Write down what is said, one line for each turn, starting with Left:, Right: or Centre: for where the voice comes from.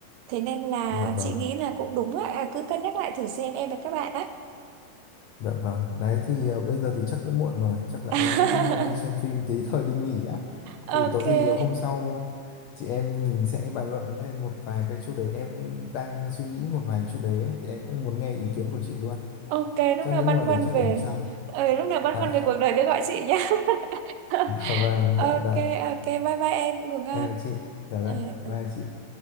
Right: thế nên là
Left: dạ vâng
Right: chị nghĩ là cũng đúng á à, cứ cân nhắc lại thử xem em với các bạn á
Left: dạ vâng đấy thì ờ, bây giờ thì chắc cũng muộn rồi chắc là
Right: <laughs>
Left: em cũng ờ, đi xem phim tí thôi đi nghỉ á
Right: ok
Left: thì có gì ờ, hôm sau chị em mình sẽ bàn luận thêm một vài cái chủ đề em cũng đang suy nghĩ một vài cái chủ đề ấy thì em cũng muốn nghe ý kiến của chị luôn
Right: ok lúc
Left: chắc
Right: nào
Left: đến
Right: băn
Left: nhưng
Right: khoăn
Left: để chắc
Right: về
Left: để hôm sau
Right: ừ, lúc nào băn
Left: dạ
Right: khoăn về cuộc đời cứ gọi chị nhé
Left: <laughs>
Right: <laughs>
Left: dạ vâng
Right: ok
Left: dạ dạ
Right: ok bye bye em ngủ ngon
Left: em chào chị dạ
Right: ừ.
Left: dạ
Right: ừ.
Left: bye chị